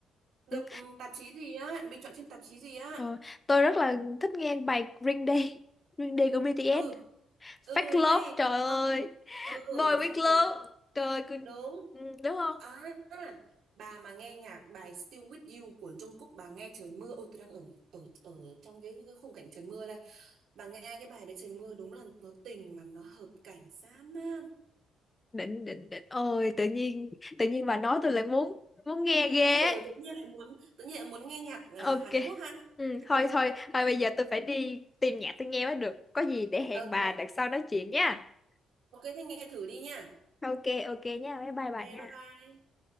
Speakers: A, on the right; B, on the left.
A: được
B: ừ,
A: ừ, tạp chí gì á bình chọn trên tạp chí gì á
B: ờ, tôi rất là thích nghe bài Green Day, Green Day của BTS.
A: ừ ừ
B: Fake Love,
A: hay
B: trời ơi.
A: xong ừ
B: Boy with
A: xong
B: Love,
A: rồi
B: trời ơi, cứ-
A: đúng
B: ừ, đúng không?
A: À, bà mà nghe nhạc bài Still With You của Jungkook bà nghe trời mưa ôi tôi đang ở ở ở trong cái, cái khung cảnh trời mưa đây bà nghe cái bài đấy trời mưa đúng là nó tình mà nó hợp cảnh dã man
B: Định, định, định. Ôi, tự nhiên, tự nhiên bà nói tôi lại muốn, muốn nghe ghê
A: ừ
B: ấy.
A: tự nhiên lại muốn tự nhiên lại muốn nghe nhạc à,
B: Ok.
A: Hàn Quốc ha
B: Ừ,
A: <laughs>
B: thôi, thôi, thôi bây giờ tôi phải đi tìm nhạc tôi nghe mới được. Có gì để hẹn
A: ok
B: bà đợt sau nói chuyện nha.
A: ok thế nghe thử đi nha
B: Ok, ok nha, bye bye
A: ok
B: bà nha.
A: bye bye